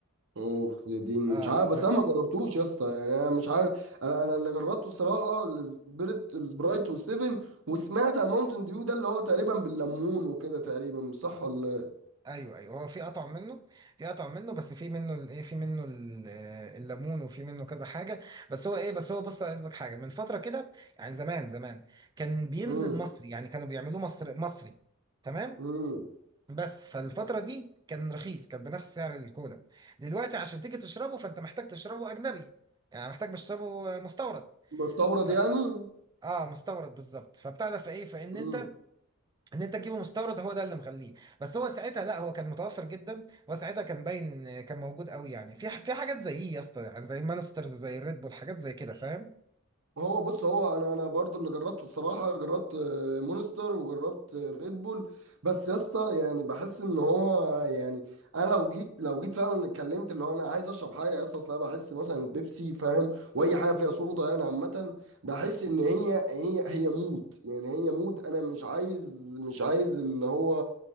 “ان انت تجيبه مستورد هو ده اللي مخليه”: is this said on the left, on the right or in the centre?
Right